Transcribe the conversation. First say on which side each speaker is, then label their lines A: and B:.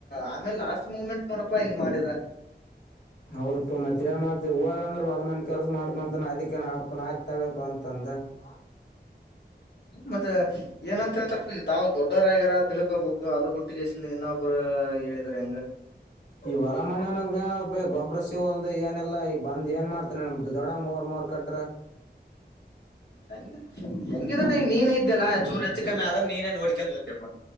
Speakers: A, on the left; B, on the left.
A: ಆಮೇಲ್ ಲಾಸ್ಟ್ ಮೂಮೆಂಟ್ ನೋಡಪ್ಪಾ ಹಿಂಗ್ ಮಾಡಿದ.
B: ಹೌದಪ್ಪಾ ಮತ್ತೆ ಮಾಡ್ ಹದ ಅಂದ್ರ ಹೊಲ ಮಂದ ಕೆಲ್ಸ ಮಾಡ್ದ ಅಂತ ಅದಕ್ಕಾಯ್ತ್ ತಗಪ ಅಂತಂದ. ಹ
A: ಮತ್ತೆ ಏನಂತ ಹಳ್ತಾರ ಈ ತಾ ದೊಡ್ಡವರಾಗ್ಯಾರ ತಿಳ್ಕೋಬೇಕು ಅದು ಬಿಟ್ಟ. ಪಟ್ಟಗಸ ಇನ್ನೊಬ್ಬರು ಹೇಳಿದಿದ್ದಾರೆ ಹೆಂಗ
B: ಈ ಹೊಲ ಮನನಾಗ ಗೊಬ್ರಸಿ ಹೊಲ್ದ ಏನಿಲ್ಲಲ್ಲ ಈಗ ಬಂದ್ ಏನ್ ಮಾಡ್ತನಿ ನಮ. ದೊಡ ಮೂರ್ ಮೂರ್ ಕಟ್ರೆ
A: ಹಂಗ ಹೆಂಗಿದ್ರ ನೀನೇ ಇದ್ದ್ಯಲ್ಲ ಚೂರು ಹೆಚ್ಚ ಕಮ್ಮಿ ಅದ್ರ ನೀನೇ ನೋಡ್ಕೊಂಡು ಹೋಗ್ತಪ್ಪ.